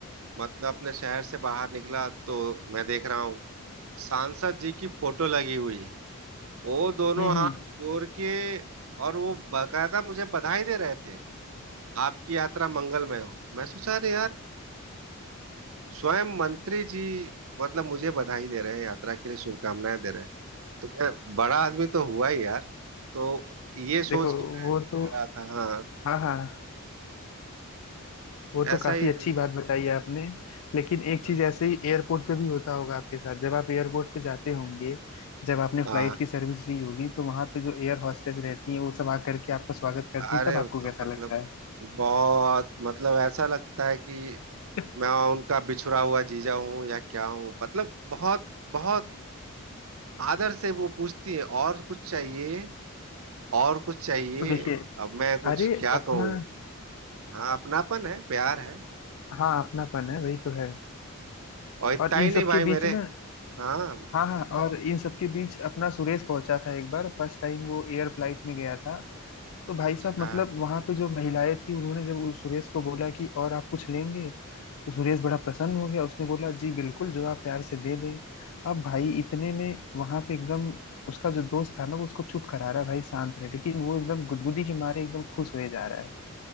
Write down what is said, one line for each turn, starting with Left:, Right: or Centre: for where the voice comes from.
Right: मतलब अपने शहर से बाहर निकला तो मैं देख रहा हूँ सांसद जी की फोटो लगी हुई है वो दोनों
Left: हम्म
Right: हाथ
Left: हम्म
Right: जोड़ के और वो बाकायदा मुझे बधाई दे रहे थे आपकी यात्रा मंगलमय हो मैं सोचा अरे यार स्वयं मंत्री जी मतलब मुझे बधाई दे रहे हैं यात्रा के लिए शुभकामनाएं दे रहे हैं तो मैं बड़ा आदमी तो हुआ ही यार तो
Left: <laughs>
Right: ये सोच
Left: देखो
Right: के मैं
Left: वो
Right: जा
Left: तो
Right: रहा था हाँ
Left: हाँ हाँ वो
Right: ऐसा
Left: तो काफी
Right: ही
Left: अच्छी बात बताई है आपने लेकिन एक
Right: हाँ
Left: चीज ऐसे ही एयरपोर्ट पे भी होता होगा आपके साथ जब आप एयरपोर्ट पे जाते होंगे जब आपने
Right: हाँ,
Left: फ्लाइट की सर्विस ली होगी तो वहां पे जो एयर हॉस्टेस रहती है वो सब आकर के आपका स्वागत करती
Right: अरे
Left: है तब आपको
Right: तो
Left: कैसा
Right: मतलब
Left: लगता है
Right: बहुत मतलब ऐसा लगता है कि
Left: <laughs>
Right: मैं उनका बिछुड़ा हुआ जीजा हूँ या क्या हूँ मतलब बहुत बहुत आदर से वो पूछती है और कुछ चाहिए और कुछ चाहिए
Left: तो देखिए
Right: अब मैं कुछ
Left: अरे
Right: क्या
Left: अपना
Right: कहूँ हाँ अपनापन है प्यार है
Left: हाँ अपनापन है वही तो है
Right: और इतना
Left: और इन
Right: ही
Left: सब
Right: नहीं भाई
Left: के
Right: मेरे
Left: बीच ना
Right: हाँ
Left: हाँ हाँ
Right: इन सब
Left: और इन सब के बीच अपना सुरेश पहुंचा था एक बार फर्स्ट टाइम वो एयर फ्लाइट में गया था तो भाई
Right: अच्छा
Left: साहब मतलब वहां पे जो महिलाएं थी उन्होंने जब उस सुरेश को बोला कि और आप कुछ लेंगे तो सुरेश बड़ा प्रसन्न हो गया उसने बोला जी बिल्कुल जो आप प्यार से दे दें अब भाई इतने में वहां पे एकदम उसका जो दोस्त था ना वो उसको चुप करा रहा है भाई शांत रहे लेकिन वो एकदम गुदगुदी के मारे एकदम खुश हुए जा रहा है